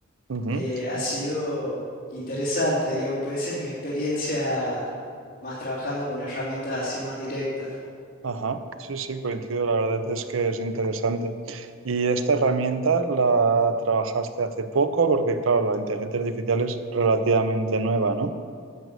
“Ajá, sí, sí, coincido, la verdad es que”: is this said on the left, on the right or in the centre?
Right